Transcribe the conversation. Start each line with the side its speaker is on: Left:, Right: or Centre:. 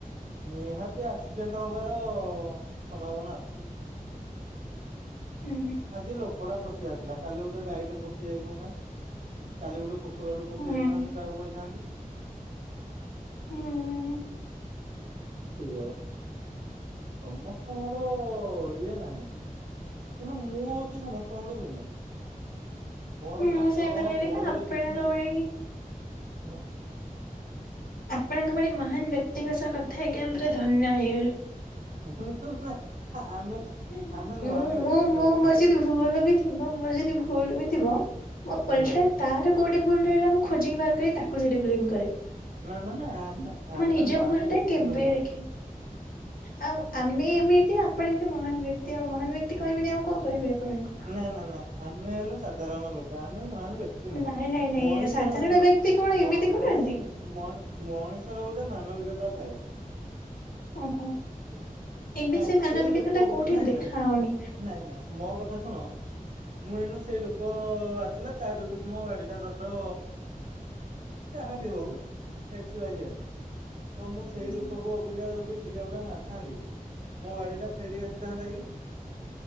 Right: ନିହାତି ଆକ୍ସିଡେଣ୍ଟ ହବାର ସମ୍ଭାବନା ଅଛି।
Left: ହୁଁ
Right: ଆଜି ଲୋ କୁକୁଡା ପଶି ଆସିଲା କାଲି ଗୋଟେ ଗାଈଟେ ପଶି ଯାଇଥାନ୍ତା କାଲି ଗୋଟେ କୁକ୍ କୁକୁର ଗୋଟେ ପଶି
Left: ହୁଁ
Right: ଯାଇଥାନ୍ତା
Left: ହୁଁ।
Right: ମୁଁ କାହାକୁ କହିଥାନ୍ତି।
Left: ହୁଁ ଉଁ ଉଁ।
Right: ସେଇଭଳିଆ ସମସ୍ତଙ୍କର ଇଏ ନାହିଁ। ତେଣୁ ମୁଁ ହଉଛି ସମସ୍ତଙ୍କଠୁ ଭୀନେ। ମୋର
Left: ହୁଁ
Right: ପାଞ୍ଚ
Left: ମୁଁ ସେଇ କଥା
Right: ଟଙ୍କା
Left: କହିଲି
Right: ପଳେଇଲେ
Left: ପା ଆପଣଙ୍କ
Right: କିଛି ନାହିଁ।
Left: ଭଳି ଆପଣଙ୍କ ଭଳି ମହାନ ବ୍ୟକ୍ତିଙ୍କ ସହ କଥା ହେଇକି ଆମେ ପୁରା ଧନ୍ୟ ହେଇଗଲୁ।
Right: ଉଁ ହୁଁ ହୁଁ ନା ଆମେ
Left: ଏଁ
Right: ଆମେ ମହାନ
Left: ମୁଁ
Right: ବ୍ୟକ୍ତି
Left: ମୁଁ ମୁଁ
Right: ନୁହଁ
Left: ମୋର
Right: ହେଲା
Left: ଜିଦ୍ ଭୁଲ ବି ଥିବ ମୋର ଯଦି ଭୁଲ ବି ଥିବ ମୁଁ ଓଲଟା
Right: ହୁଁ
Left: ତାର କୋଉଠି ଭୁଲ ରହିଲା ମୁଁ ଖୋଜିକି ବାହାର କରି ତାକୁ ସେଠୀ ବ୍ଲେମ୍ କରେ।
Right: ନା ନା ନା ଆମେ ଆମେ
Left: ମୋ ନିଜ
Right: ମହାନ
Left: ଭୁଲ
Right: ବ୍ୟକ୍ତି
Left: ଟା କେବେ
Right: ନୁହଁ।
Left: ଦେଖେ ଆଉ ଆମେ ଏମତି ଆପଣ ଏମିତି ମହାନ ବ୍ୟକ୍ତି ଆଉ ମହାନ ବ୍ୟକ୍ତି କହିବିନି ଆଉ କଣ କହିବି ଆପଣଙ୍କୁ?
Right: ନା ନା ନା ଆମେ ହେଲୁ ସାଧାରଣ ଲୋକ। ଆମେ ମହାନ ବ୍ୟକ୍ତି ନୁହଁ
Left: ନାଇଁ ନାଇଁ ନାଇଁ
Right: ମଣିଷର
Left: ସାଧାରଣ
Right: ଶୁଣ
Left: ବ୍ୟକ୍ତି କଣ
Right: ମ
Left: ଏମିତି କରନ୍ତି?
Right: ନାଇଁ ମଣି ମଣିଷର ଗୋଟେ ମାନବିକତା ଥାଏ।
Left: ଓହୋ
Right: ହେଲା
Left: ଏବେ
Right: ନାଇଁ
Left: ସେ ମାନବିକା
Right: ସେଇ ଲୋକକୁ
Left: ଥିଲା କୋଉଠି
Right: ନାଇଁ
Left: ଦେଖା
Right: ନାଇ ମୁଁ
Left: ହଉନି।
Right: ନାଇଁ ନାଇଁ ନାଇଁ ମୋ କଥା ଶୁଣ ମୁଁ ଏଇନା ସେଇ ଲୋକ ଆସିଲା ତା ଯୋଗୁ ମୋ ଗାଡି ଟା ଧର ଯାହାବି ହଉ ଏକ୍ସ ୱାଇ ଜେଡ୍ ତ ମୁଁ
Left: ଉଁ,
Right: ସେଇ ଲୋକକୁ ଅବିକା ଯଦି ଦି ଚାପୁଡ଼ା ମାରିଥାନ୍ତି ମୋ ଗାଡି ଟା ଫେରି ଆସିଥାନ୍ତା କି।